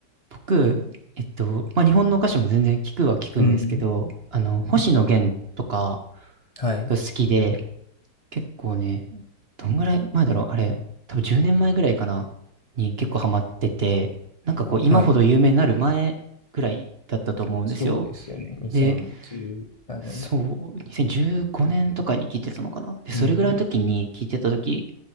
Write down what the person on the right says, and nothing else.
僕、えっと、まあ、日本の歌手も全然聞くは聞くんですけど、
あの、星野源とか
が好きで、結構ね、どんぐらい前だろうあれ、多分10年前ぐらいかなに結構ハマってて、なんかこう、今ほど有名になる前ぐらいだったと思うんですよ。
で、そう、2015年とかに聞いてたのかなで、それぐらいの時に聞いてた時、